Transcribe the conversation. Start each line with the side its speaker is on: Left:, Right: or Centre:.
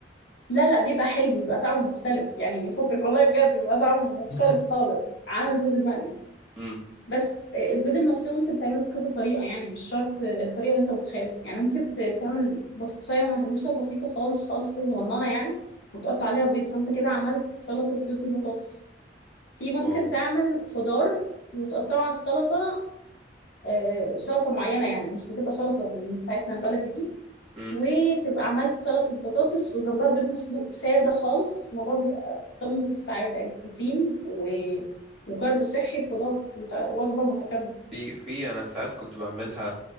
Left: لا لا بيبقى حلو بيبقى طعمه مختلف يعني فكك والله بجد بيبقى طعمه مختلف
Centre: <laughs>
Left: خالص عن البيض المقلي
Centre: مم.
Left: بس البيض المسلوق ممكن تعمله بكذا طريقة يعني مش شرط الطريقة اللي انت متخيلها يعني ممكن ت- تعمل بطاطساية مهروسة بسيطة خالص خالص كده صغننة يعني وتقطع عليها بيض فانت كده عملت سلطة بيض بالبطاطس في ممكن
Centre: واو
Left: تعمل خضار وتقطعه على السلطة آه، وسلطة معينة يعني مش بتبقى سلطة من بتاعتنا البلدي دي
Centre: مم.
Left: وتبقى عملت سلطة بطاطس وجنبها بيض مسلوق سادة خالص الموضوع بيبقى في قمة السعادة يعني بروتين و... وكرب صحي وخضار وانت وجبة متكاملة
Centre: في في انا ساعات كنت بعملها